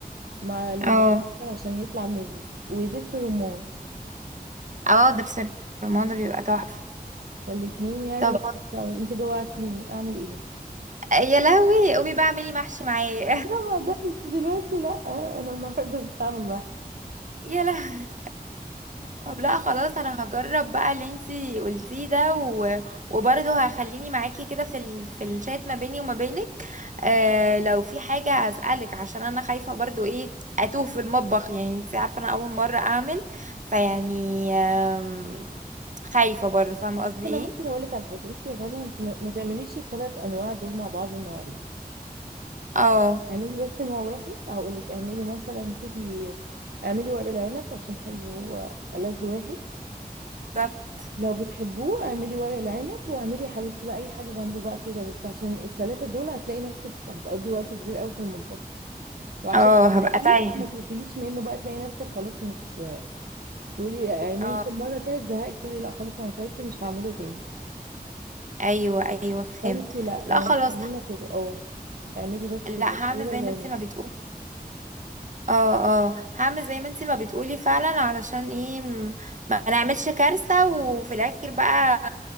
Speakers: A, on the right; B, on the right.
A: مع ال...
B: اه
A: عشان يطلع مزز ودبس رمان
B: اه ده بس الرمان ده بيبقى تحفة
A: فالاتنين يعني
B: طب
A: لو انت جوعتيني اعمل ايه؟
B: يا لهوي قومي بقى اعملي محشي معايا
A: لا ما اقدرش دلوقتي لا انا النهارده مش هعمل
B: <laughs> يا لهوي
A: محشي
B: طب لا خلاص
A: <laughs>
B: انا هجرب بقى اللي انتي قلتيه ده و... وبرضه هخليني معاكي كده في ال... في الشات ما بيني وما بينك آه لو في حاجة هسألك عشان انا خايفة برضه ايه اتوه في المطبخ يعني انتي عارفة انا اول مرة اعمل فيعني آم، خايفة برضه فاهمة قصدي
A: انا
B: ايه
A: ممكن اقول لك على حاجه بصي يا رنا انت ما ما تعمليش الثلاث انواع دول مع بعض النهارده
B: اه
A: اعملي بس نوع واحد هقول لك اعملي مثلا شوفي اعملي ورق العنب عشان حلو هو ألذ واحد
B: بالظبط
A: لو بتحبوه اعملي ورق العنب واعملي يا حبيبتي بقى اي حاجه جنبه بقى كده بس عشان الثلاثه دول هتلاقي نفسك هتقضي وقت كبير قوي في المطبخ وعشان
B: اه هبقى
A: تلاقيه
B: تايهة
A: ما تقفليش منه بقى تلاقي نفسك خلاص مش تقولي يعني ممكن
B: اه
A: مره كده زهقت تقولي لا خلاص انا تعبت مش هعمله تاني
B: ايوه ايوه فهمت
A: فانت لا
B: لا
A: يعني
B: خلاص
A: خلينا كده اه اعملي بس
B: لا هعمل
A: ورق
B: زي
A: العنب
B: ما انت ما بتقولي اه اه هعمل زي ما انت ما بتقولي فعلا علشان ايه م- ما نعملش كارثة وفي الاخر بقى